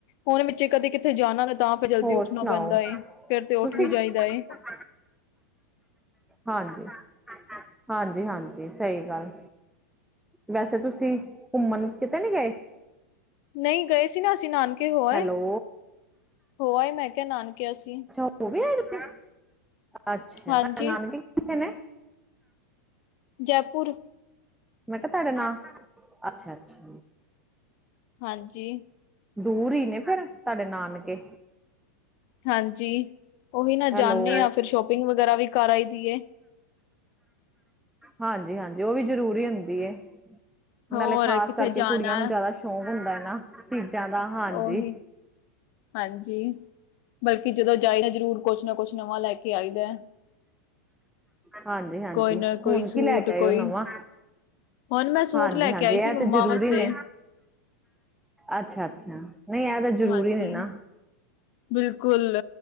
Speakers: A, on the left; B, in the centre.
A: ਹੁਣ ਵਿੱਚੇ ਕਦੇ ਕਿਥੇ ਜਾਣਾ। ਤਾਂ ਫਿਰ ਜਲਦੀ
B: ਹੋਰ
A: ਉੱਠਣਾ
B: ਸੁਣਾਓ
A: ਪੈਂਦਾ ਏ ਫੇਰ ਤੇ ਉੱਠ
B: ਤੁਸੀਂ
A: ਵੀ ਜਾਈਦਾ ਏ।
B: <inaudible> ਹਾਂਜੀ -ਹਾਂਜੀ -ਹਾਂਜੀ ਸਹੀ ਗੱਲ ਵੈਸੇ ਤੁਸੀਂ ਘੁੰਮਣ ਕਿਤੇ ਨੀ ਗਏ
A: ਨਹੀਂ ਗਏ ਸੀ ਨਾ ਅਸੀਂ ਨਾਨਕੇ ਹੋ ਆਏ,
B: ਹੈਲੋ
A: ਹੋ ਆਏ ਮੈਂ ਕਿਹਾ ਨਾਨਕੇ ਅਸੀਂ
B: ਉਹ ਵੀ ਆਏ ਦੇ ਸੀ, ਅੱਛਾ
A: ਹਾਂਜੀ
B: ਨਾਨਕੇ ਕਿਥੇ ਨੇ
A: ਜੈਪੁਰ
B: ਮੈਂ ਕਿਹਾ ਤੁਹਾਡੇ ਨਾਂ ਅੱਛਾ- ਅੱਛਾ
A: ਹਾਂਜੀ
B: ਦੂਰ ਹੀ ਨੇ ਫੇਰ ਤੁਹਾਡੇ ਨਾਨਕੇ
A: ਹਾਂਜੀ ਉਹੀ ਨਾ
B: ਹੈਲੋ
A: ਜਾਂਨੇ ਆ, ਫਿਰ ਸ਼ੋਪਿੰਗ ਵਗੈਰਾ ਵੀ ਕਰ ਆਈ ਦੀ ਐ।
B: ਹਾਂਜੀ ਹਾਂਜੀ ਉਹ ਵੀ ਜ਼ਰੂਰੀ ਹੁੰਦੀ ਏ।
A: ਹੋਰ
B: ਨਾਲੇ ਖ਼ਾਸ
A: ਕਿੱਥੇ
B: ਕਰਕੇ
A: ਜਾਣਾ,
B: ਕੁੜੀਆਂ ਨੂੰ ਜ਼ਿਆਦਾ ਸ਼ੌਕ ਹੁੰਦਾ ਹੈ ਨਾ, ਚੀਜ਼ਾਂ ਦਾ ਹਾਂਜੀ।
A: ਉਹੀ ਹਾਂਜੀ ਬਲਕਿ ਜਦੋਂ ਜਾਏ ਨਾ ਜ਼ਰੂਰ ਕੁਛ ਨਾ ਕੁਛ ਨਵਾਂ ਲੈ ਕੇ ਕੀ ਆਈ ਦਾ
B: ਹਾਂਜੀ ਹਾਂਜੀ
A: ਕੋਈ ਨਾ, ਕੋਈ
B: ਹੁਣ
A: ਸੂਟ
B: ਕੀ ਲੈ ਕੇ ਆਏ
A: ਕੋਈ
B: ਉਹ ਨਵਾਂ
A: ਹੁਣ ਮੈਂ ਸੂਟ
B: ਹਾਂਜੀ
A: ਲੈ
B: ਹਾਂਜੀ
A: ਕੇ ਆਈ
B: ਇਹ
A: ਸੀ, ਮੰਮਾ
B: ਤੇ ਜ਼ਰੂਰੀ
A: ਵਾਸਤੇ।
B: ਨੇ ਅੱਛਾ ਅੱਛਾ ਇਹ ਤਾਂ ਜ਼ਰੂਰੀ
A: ਹਾਂਜੀ
B: ਨੇ ਨਾ
A: ਬਿਲਕੁਲ,